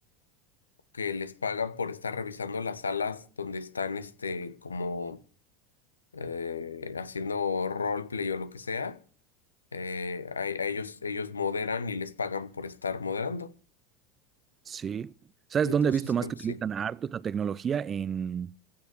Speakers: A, on the left; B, on the right.
A: que les pagan por estar revisando las salas donde están, este, como eh, haciendo roleplay o lo que sea. Eh, a, a ellos, ellos moderan y les pagan por estar moderando.
B: Sí. ¿Sabes
A: Y entonces
B: dónde he visto más
A: creo
B: que
A: que
B: utilizan
A: sí.
B: harto esta tecnología? en?